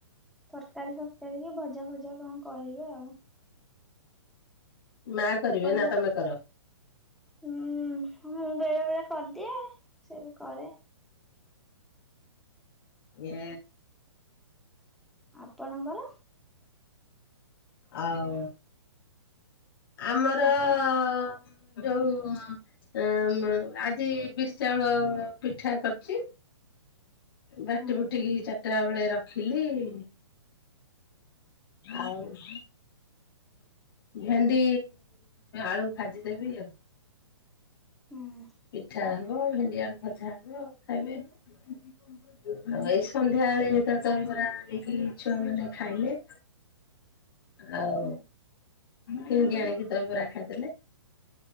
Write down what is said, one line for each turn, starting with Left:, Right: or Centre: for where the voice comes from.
Centre: ତରକାରୀ ଫରକାରୀ କି ଭଜା ଫଜା କଣ କରିବେ ଆଉ।
Left: ମା କରିବେ,
Centre: ଆପଣଙ୍କ
Left: ନା ତୋମେ କର?
Centre: ହୁଁ ମୁଁ ବେଳେ ବେଳେ କରିଦିଏ। ସେ ବି କରେ।
Left: ଏଁ,
Centre: ଆପଣଙ୍କର?
Left: ଆଉ ଆମର
Centre: ଆପ
Left: ଅ, ଯୋଉ ଏ ଅ ଆଜି ବିରି ଚାଉଳ ପିଠା କରିଛି। ବାଟି
Centre: ହୁଁ
Left: ବୁଟିକି ଚାରିଟା ବେଳେ। ରଖିଲି ଆଉ। ଭେଣ୍ଡି ଆଳୁ ଭାଜି ଦେବି ଆଉ।
Centre: ହୁଁ
Left: ପିଠା ହବ ଭେଣ୍ଡିଆଳୁ ଭଜା ହବ ଖାଇବେ। ଆଉ ଏଇ ସନ୍ଧ୍ୟାବେଳେ ତ ଦହିବରା ଆଣିକି ଛୁଆମାନେ ଖାଇଲେ। ଆଉ
Centre: ହୁଁ
Left: କିଣିକି ଆଣିକି ଦହିବରା ଖାଇଦେଲେ।